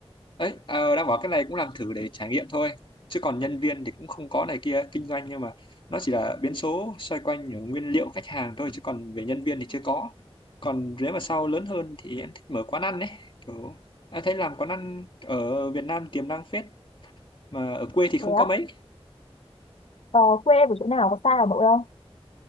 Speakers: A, on the left (about 50°); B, on the left (about 70°).
A: đấy ờ, đang bảo cái này cũng làm thử để trải nghiệm thôi chứ còn nhân viên thì cũng không có này kia kinh doanh nhưng mà nó chỉ là biến số xoay quanh ở nguyên liệu khách hàng thôi chứ còn về nhân viên thì chưa có còn nếu mà sau lớn hơn thì em thích mở quán ăn đấy kiểu em thấy làm quán ăn ở Việt Nam tiềm năng phết mà ở quê thì không
B: thế
A: có
B: à
A: mấy
B: ờ, quê em ở chỗ nào có xa Hà Nội không